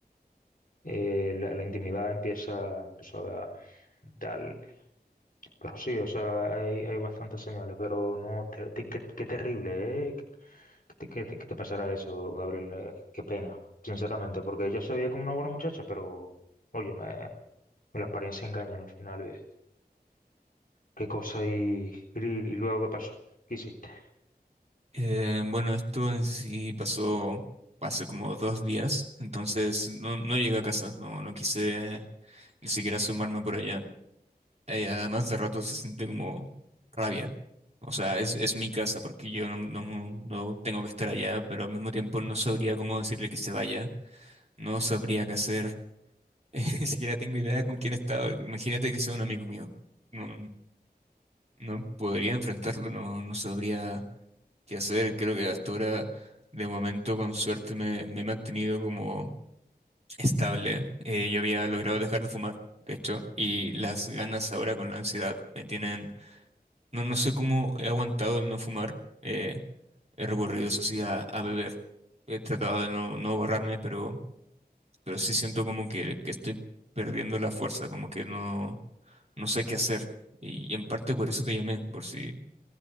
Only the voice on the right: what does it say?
Eh, bueno, esto en sí pasó hace como dos días, entonces no, no llegué a casa, no, no quise ni siquiera asomarme por allá. Eh, además de rato se siente como rabia. O sea, es, es mi casa porque yo no, no, no tengo que estar allá, pero al mismo tiempo no sabría cómo decirle que se vaya, no sabría qué hacer, <laughs> ni siquiera tengo idea con quién estaba. Imagínate que sea un amigo mío. No, no podría enfrentarlo, no, no sabría. que hacer. Creo que hasta ahora, de momento, con suerte, me, me he mantenido como estable. Eh, yo había logrado dejar de fumar, de hecho, y las ganas ahora con la ansiedad me tienen... No, no sé cómo he aguantado el no fumar. eh, he recurrido, eso sí, a, a beber. He tratado de no, no borrarme, pero, pero sí siento como que, que estoy perdiendo la fuerza, como que no, no sé qué hacer. Y en parte por eso te llamé, por si...